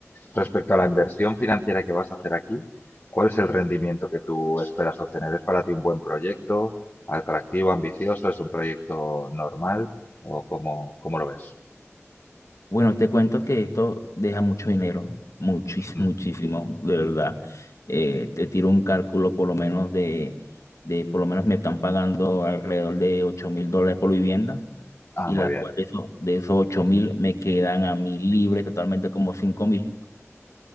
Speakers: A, on the left; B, on the left.
A: Respecto a la inversión financiera que vas a hacer aquí, ¿cuál es el rendimiento que tú esperas obtener? ¿Es para ti un buen proyecto, atractivo, ambicioso? ¿Es un proyecto normal? ¿O cómo, cómo lo ves?
B: Bueno, te cuento que esto deja mucho dinero, muchísimo,
A: Ujú.
B: <laughs> muchísimo, de verdad. Eh, te tiro un cálculo por lo menos de, de, por lo menos me están pagando alrededor de ocho mil dólares por vivienda
A: Ah,
B: y
A: muy
B: la
A: bien.
B: cual de, eso- de esos ocho mil me quedan a mí libre totalmente como cinco mil.